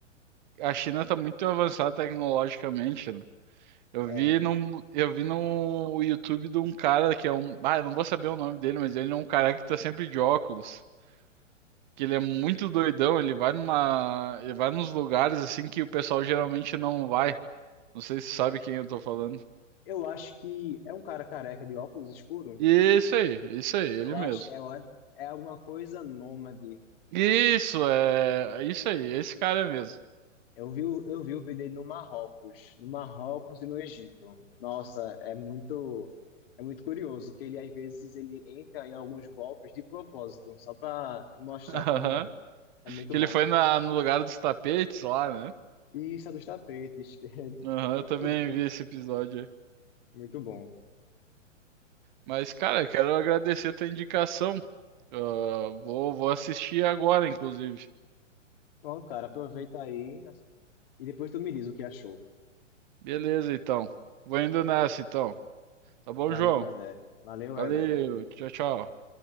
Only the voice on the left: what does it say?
É,
é,
eu acho que é um cara careca de óculos escuro.
Eu
acho, eu acho, é alguma coisa nômade.
Eu vi, o- eu vi o vídeo dele no Marrocos, no Marrocos e no Egito. Nossa, é muito, é muito curioso que ele às vezes ele entra em alguns golpes de propósito, só para mostrar
como é. É muito
bom.
E isso é dos tapetes, <laughs> que é
muito
bom,
é muito bom.
Pronto, cara, aproveita aí e depois tu me diz o que achou.
Va-
Valeu, Eder. Valeu,
Eder.